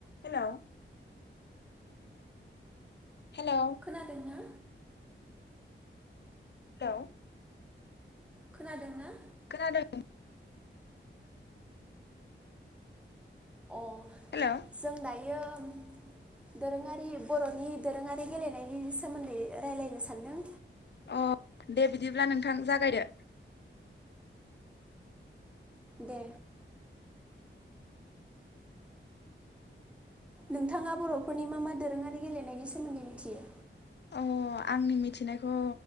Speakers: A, on the left; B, in the centre.
A: Hello hello
B: खोनादों ना।
A: Hello
B: खोनादों ना।
A: खानादों।
B: उह
A: हेलौ
B: जों दायो। <unintelligible> दोरोङारि बर'नि दोरोङारि गेलेनायनि सोमोन्दै रायलायनो सान्दों।
A: उह दे बिदिब्ला नोंथां जागायदो।
B: दे। नोंथाङा बर'फोरनि मा मा दोरोङारि गेलेनायनि सोमोन्दै मिथियो
A: उह आंनि मिथिनायखौ